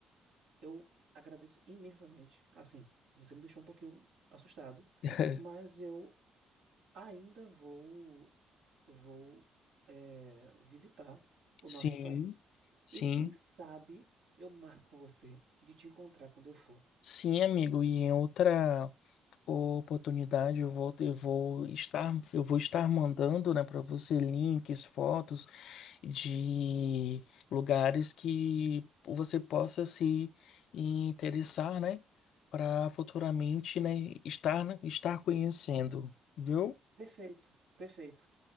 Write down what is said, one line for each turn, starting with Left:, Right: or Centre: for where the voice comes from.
Right: eu agradeço imensamente. Assim, você me deixou um pouquinho assustado,
Left: <laughs>
Right: mas eu ainda vou, vou, é, visitar o
Left: Sim,
Right: norte do país.
Left: sim,
Right: E quem sabe eu marco com você de te encontrar quando eu for.
Left: sim, amigo. E em outra oportunidade, eu vou, eu vou estar, eu vou estar mandando, né, para você links, fotos de lugares que você possa se interessar, né, para futuramente, né, estar, né, estar conhecendo, viu?
Right: Perfeito, perfeito.